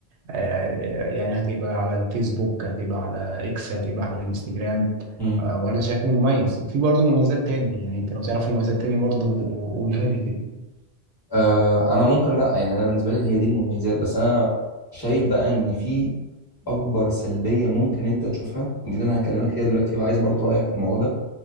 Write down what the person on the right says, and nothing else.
آه، يعني هتبقى على الفيسبوك هتبقى على اكس هتبقى على الانستجرام
آه، وانا شايفه مميز في برضه مميزات تاني يعني انت لو تعرف مميزات تاني برضه قولها لي كده